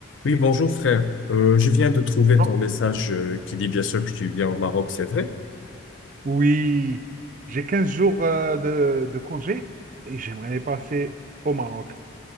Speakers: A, on the left; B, on the right.
A: Oui, bonjour frère. Euh, je viens de trouver
B: jours?
A: ton message euh, qui dit bien sûr que tu viens au Maroc, c'est vrai?
B: Oui, j'ai 15 jours euh, de, de congé et j'aimerais les passer au Maroc.